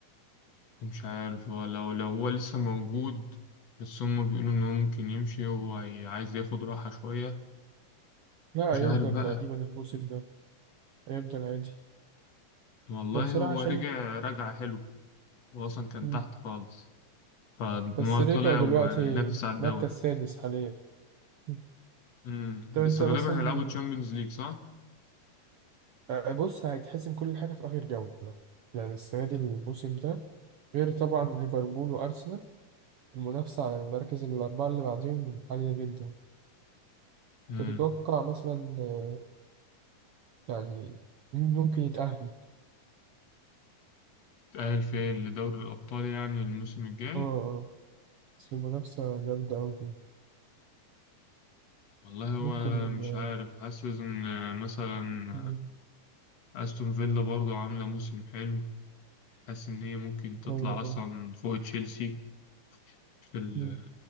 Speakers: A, on the left; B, on the right.
A: مش عارف هو لو لو هو لسه موجود بس هم بيقولوا ان هو ممكن يمشي هو هي- عايز ياخد راحة شوية
B: لا
A: مش
B: هيفضل
A: عارف بقى
B: تقريبا الموسم ده هيفضل عادي
A: والله
B: انا بصراحة
A: هو
B: شايف
A: رجع رجعة حلوة هو اصلا كان
B: مم.
A: تحت خالص فان
B: بس
A: هو
B: رجعوا
A: طلع
B: دلوقتي
A: وينافس على الدوري
B: مركز سادس حاليا مم.
A: امم
B: طب انت
A: بس غالبا
B: مثلا
A: هيلعبوا تشامبيونز ليج صح؟
B: آه، بص هيتحسم كل حاجة في آخر جولة يعني السنة دي الموسم ده غير طبعا ليفربول وأرسنال المنافسة على المراكز الأربعة اللي بعديهم عالية جدا
A: امم
B: تتوقع مثلا آه، يعني مين ممكن يتأهل
A: تأهل فيها لدوري الأبطال يعني الموسم الجاي
B: اه اه بس المنافسة جامدة أوي
A: والله هو
B: ممكن
A: مش
B: آه،
A: عارف حاسس إن آه، مثلا
B: مم،
A: آه، أستون فيلا برضو عاملة موسم حلو حاسس إن هي ممكن تطلع
B: أيوة
A: أصلا
B: أيوة
A: فوق تشيلسي في ال
B: مم.